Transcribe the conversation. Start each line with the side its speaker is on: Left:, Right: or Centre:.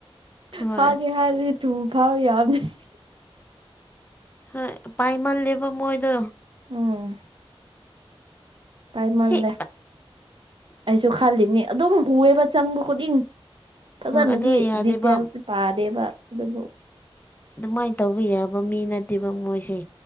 Left: ꯍꯣꯏ
Right: ꯐꯦꯒꯦ ꯍꯥꯏꯔꯗꯤ ꯊꯨ ꯐꯥꯕ ꯌꯥꯕꯅꯦ
Left: ꯍꯣꯏ ꯄꯥꯏꯃꯜꯂꯦꯕ ꯃꯣꯏꯗꯣ
Right: ꯎꯝ ꯄꯥꯏꯃꯜꯂꯦ
Left: ꯍꯦꯛ
Right: ꯑꯩꯁꯨ ꯈꯜꯂꯤꯅꯤ ꯑꯗꯨꯝ ꯎꯑꯦꯕ ꯆꯪꯕ ꯈꯨꯗꯤꯡ ꯐꯖꯅꯗꯤ
Left: ꯑꯗꯨ ꯌꯥꯗꯦꯕ
Right: ꯗꯤꯇꯦꯜꯁꯗꯤ ꯄꯥꯗꯦꯕ ꯑꯗꯨꯕꯨ
Left: ꯑꯗꯨꯃꯥꯏ ꯇꯧꯕ ꯌꯥꯕ ꯃꯤ ꯅꯠꯇꯦꯕ ꯃꯣꯏꯁꯦ